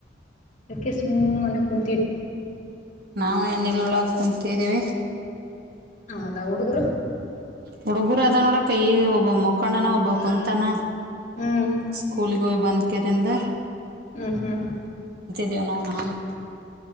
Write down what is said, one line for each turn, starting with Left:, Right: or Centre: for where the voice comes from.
Left: ಅದ್ಕೆ ಸುಮ್ಮನೆ ಕುಂತಿವ
Right: ನಾವು ಏನ ಎಲ್ಲಡ ಕುಂತಿದ್ದೀವಿ
Left: ಹೌದಾ ಹುಡುಗರು
Right: ಹುಡುಗರು ಅದ ನೋಡ ಈಗ ಒಬ್ಬ ಮಕ್ಕೊಂಡನ ಒಬ್ಬ ಬ ಕುಂತಾನ
Left: ಹ್ಮ್
Right: ಸ್ಕೂಲ್ ಗೋವ ಬಂದ್ಕಿಂದ
Left: ಹ್ಮ ಹ್ಮ್
Right: <unintelligible>